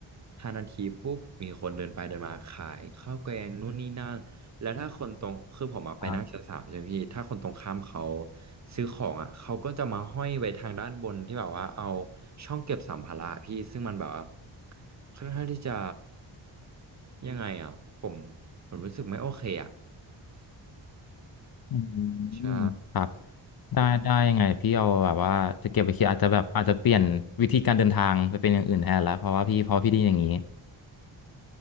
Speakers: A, on the right; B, on the left.
A: ห้านาทีปุ๊บมีคนเดินไปเดินมาขายข้าวแกงนู่นนี่นั่นแล้วถ้าคนตรงคือผมอะไปนั่งชั้นสามใช่ไหมพี่ถ้าคนตรงข้ามเขา
B: ครับ
A: ซื้อของอะเขาก็จะมาห้อยไว้ทางด้านบนที่แบบว่าเอาช่องเก็บสัมภาระพี่ซึ่งมันแบบว่าค่อนข้างที่จะยังไงอะผมผมรู้สึกไม่โอเคอะ
B: อื
A: ใช่
B: มครับได้ได้ยังไงพี่เอาแบบว่าจะเก็บไปคิดอาจจะแบบอาจจะเปลี่ยนวิธีการเดินทางไปเป็นอย่างอื่นแทนแล้วเพราะว่าพี่พอพี่ไดีอย่างนี้